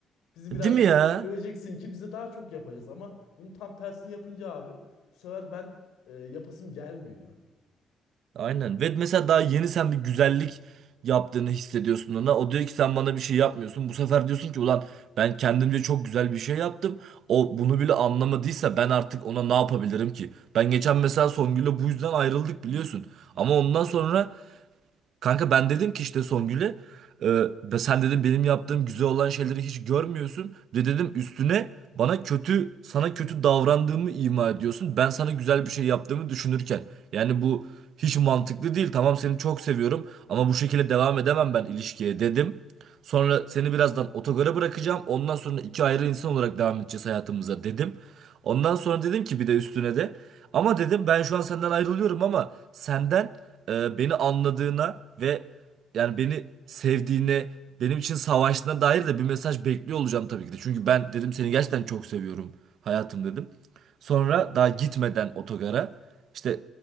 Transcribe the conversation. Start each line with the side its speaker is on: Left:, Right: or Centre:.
Left: Bizi
Right: Değil
Left: birazcık
Right: mi ya?
Left: ö- öveceksin ki bize daha çok yapacağız ama bunu tam tersini yapınca abi bu sefer ben e, yapasım gelmiyor.
Right: Aynen. Ve mesela daha yeni sen bir güzellik yaptığını hissediyorsun ona. O diyor ki sen bana bir şey yapmıyorsun. Bu sefer diyorsun ki ulan ben kendimce çok güzel bir şey yaptım. O bunu bile anlamadıysa ben artık ona ne yapabilirim ki? Ben geçen mesela Songül'le bu yüzden ayrıldık biliyorsun. Ama ondan sonra Kanka ben dedim ki işte Songül'e e, be- sen dedim benim yaptığım güzel olan şeyleri hiç görmüyorsun. Bir De dedim üstüne bana kötü sana kötü davrandığımı ima ediyorsun. Ben sana güzel bir şey yaptığımı düşünürken. Yani bu hiç mantıklı değil. Tamam seni çok seviyorum ama bu şekilde devam edemem ben ilişkiye dedim. Sonra seni birazdan otogara bırakacağım. Ondan sonra iki ayrı insan olarak devam edeceğiz hayatımıza dedim. Ondan sonra dedim ki bir de üstüne de ama dedim ben şu an senden ayrılıyorum ama senden e, beni anladığına ve yani beni sevdiğine, benim için savaştığına dair de bir mesaj bekliyor olacağım tabii ki de. Çünkü ben dedim seni gerçekten çok seviyorum hayatım dedim. Sonra daha gitmeden otogara işte